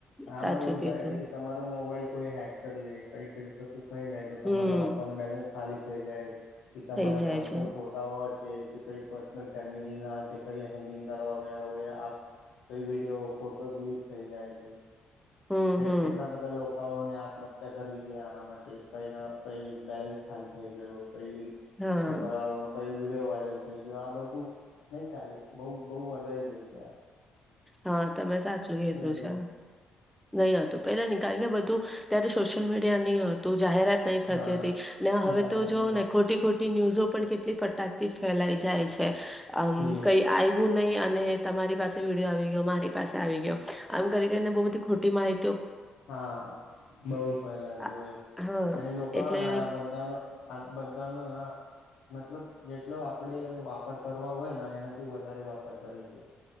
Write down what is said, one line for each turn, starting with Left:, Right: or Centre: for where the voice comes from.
Left: આમાં
Centre: સાચું
Left: હું
Centre: કીધું
Left: થાય છેકે તમારો મોબાઈલ કોઈ હેક કરીલે કઈ કઈ કશું થઈ જાય તો
Centre: હમ્મ
Left: તમારો અકાઉન્ટ બેલેન્સ ખાલી થઈ જાય. કે તમારા
Centre: થઈ જાય
Left: પર્સનલ
Centre: છે.
Left: ફોટાઓ છે. કઈ પર્સનલ ફેમિલીનાં હાતે કઈ હેગિંગ કરવા ગયા હોય આ કઈ વિડીયો, ફોટો લીક થઈ જાય છે.
Centre: હમ્મ હમ્મ
Left: કેટલા કે બધા લોકાઓને આત્મ કરી લીધી આના માટે પૈ કઈના કઈ બેલેન્સ ખાલી થઈ ગયું. કઈ
Centre: હા
Left: છોકરાઓનો કઈ વિડીયો વાયરલ થઈ ગયો આ બધું નય ચાલે બહુ બહુ વધારી ગયું છે આ.
Centre: હા, તમે સાચું કધું
Left: હતું
Centre: છે, નય હતું પેલા કારણ કે બધું ત્યારે સોશલમીડિયા ની હતું. જાહેરાત નય થતી
Left: હા
Centre: હતી ને હવે
Left: જાહેરાતને
Centre: તો જોઓને ખોટી ખોટી ન્યૂઝો પણ કેટલી ફટાકથી ફેલાઈ જાય છે, અમ
Left: એજ
Centre: કઈ આયવું નય અને તમારી પાસે વિડીયો આવી ગયો મારી પાસે આવી ગયો, આમ કરી કરીને બો બધી ખોટી માહિ
Left: હા, બોઉ ફેલાતી
Centre: આ
Left: હોય.
Centre: હા
Left: અને લોકાના
Centre: એટલે
Left: આ બધાનો આ બધાનો હા. મતલબ જેટલો આપડે વાપર કરવા હોયના એનાથી વધારે વાપર કરે છે.